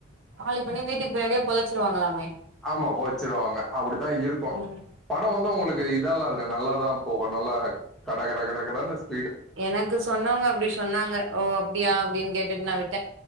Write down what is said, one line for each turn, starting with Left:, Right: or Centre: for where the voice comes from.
Right: காலி பண்ணி வீட்டுக் பின்னாடியே பொதச்சிருவாங்களாமே.
Centre: ஆமா பொதச்சிருவாங்க அப்டிதா இருக்கு.
Right: ம்
Centre: படோ வந்து உங்குளுக்கு இதால்லா இருக்கா நல்லாதா போகு நல்லா கட கட கட கடன்னு ஸ்
Right: எனக்கு சொன்னவங்க அப்டி சொன்னாங்க ஓ அப்டியா அப்டின் கேட்டுட்டு நா விட்டே.